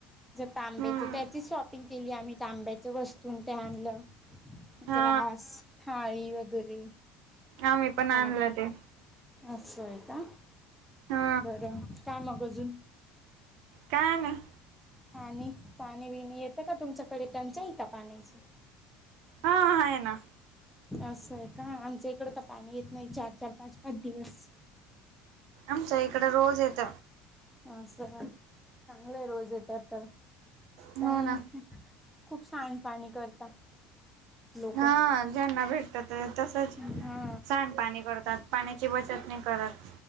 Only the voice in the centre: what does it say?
तांब्याच
त्याची स्व िंग केली आम्ही तांब्याच वस्तून ते आणलं
ग्लास थाळी वगैरे
साठ
असं का
बरं काय मग कजून
पाणी पाणी बिणी येतं का तुमच्याकडे टंचाई का पाण्याची
असं आहे का आमच्या इकड तर पाणी येत नाही चार चार पाच पाच दिवस
अस चांगलं आहे रोज येत आता
पण
खूप सांडपणी करता लोक
हा